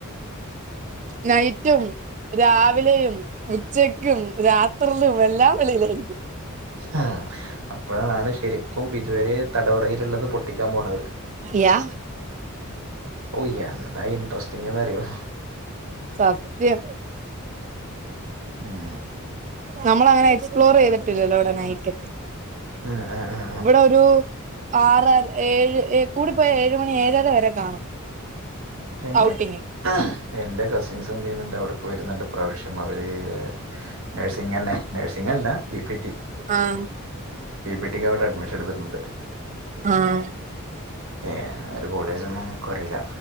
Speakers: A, on the right; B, on the right.
A: ഹ് <inaudible>
B: നൈറ്റും രാവിലേയും ഉച്ചയ്കും രാത്രിലും എല്ലാം വെളിയിലായിരിക്കും.
A: അഹ് അപ്പോഴാണ് ശരിക് കും ഇതുവരേ തടവറയില്ള്ളത് പൊട്ടിക്കാംപോണത്-
B: യാ
A: ഓഹ് എന്താ ഇൻട്രസ്റ്റിങ്ങ്ന്ന്റിയോ?
B: സത്യം-
A: ഉം
B: നമ്മളങ്ങനെ എക്സ്പ്ലോർ ചെയ്തിട്ടില്ലല്ലോ ഇവിടെ നൈറ്റൊക്കെ
A: അഹ് അഹ് അഹ്.
B: ഇവിടെ ഒരു ആറര ഏഴ്ഏ കൂടിപ്പോയ ഏഴ് മണി ഏഴര വരെ കാണും
A: എന്റെ
B: ഔട്ടിങ്
A: ക എന്റെ കസിൻസ്ന്ത് ചെയ്യുന്നുണ്ട് അവിടക്ക് വരുന്നുണ്ട്പ്രാവശ്യം അവര് നഴ്സിംഗ് ന്നെ നഴ്സിംഗല്ല പി പി ടി-
B: ആഹ്
A: പി പി ട്ടി ക്ക് അവിടെഡ്മിഷൻ എട്ത്തിട്ട്ണ്ട്-
B: ആഹ്.
A: ഏഹ് ഒരു കോളേജ് ഒന്നും ക്കും അറീല്ല